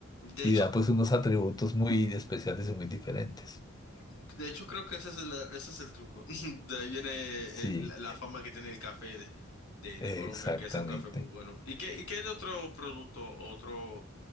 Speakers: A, on the left; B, on the left.
A: De
B: Y
A: hecho,
B: da
A: pu-
B: pues unos atributos muy especiales y muy diferentes.
A: de hecho creo que ese es el, ese es el truco. <laughs> De ahí viene
B: Sí.
A: el- la la fama que tiene el café de, de, de
B: Exactamente.
A: Colombia, que es un café muy bueno. ¿Y qué, y qué hay de otro producto, otro,